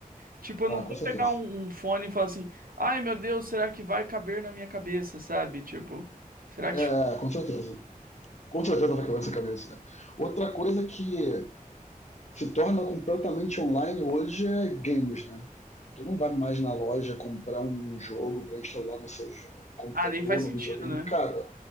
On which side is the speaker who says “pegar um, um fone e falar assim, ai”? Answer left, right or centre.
Right